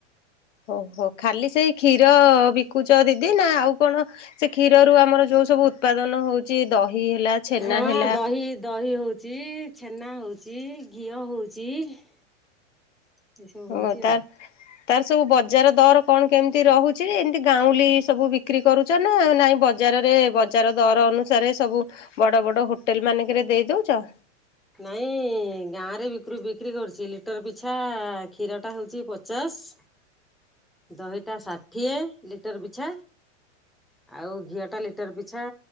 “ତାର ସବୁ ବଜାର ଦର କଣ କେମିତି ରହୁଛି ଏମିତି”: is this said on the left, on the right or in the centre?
Left